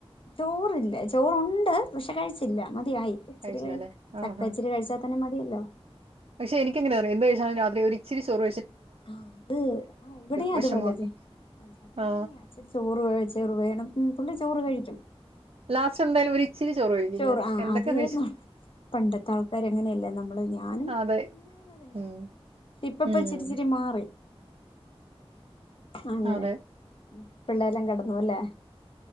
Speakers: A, on the left; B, on the right.
A: തോറില്ല ചോറുണ്ട് വിഷ കഴിച്ചില്ല മതിയ ഇച്ചിരി
B: കഴിച്ചില്ല
A: ക
B: അല്ലേ
A: ചക്ക
B: ആഹാ
A: ഇച്ചിരി കഴിച്ചാ അഛനെ മതിയല്ലോ
B: പക്ഷെ എനിക്ക്ങ്ങനെയ എന്ത്ാാലും രാത്രി ചോറ
A: ആ അത് ആ എവിടെയാ
B: വിഷമമാണ്
A: അത്പലെതെ ച
B: ആ
A: എങ്ങനെയാ ചോറ്പ ചെറു വേണംുള്ളി ചോറ് കഴിക്കും
B: ലാസ്റ്റ് എന്തായാലും ഒരു ഇച്ചിരി കഴിക്കും
A: ചോറ്
B: ഞാൻ
A: ആ
B: എന്തൊക്കെ
A: അത്
B: കഴിച്ചു
A: പണ്ടത്തെ ആൾക്കാര അങ്ങനെയല്ലേ നമ്മള് ഞാനും
B: അതെ
A: അങ്ങ തന്നെയ
B: ഉം
A: ഇപ്പപ്പ
B: ഉം
A: ചിരിച്ചിരി മാറി അങ്ങനെ
B: അതെ
A: പിള്ളെല്ലാം കിടന്നു അല്ലേ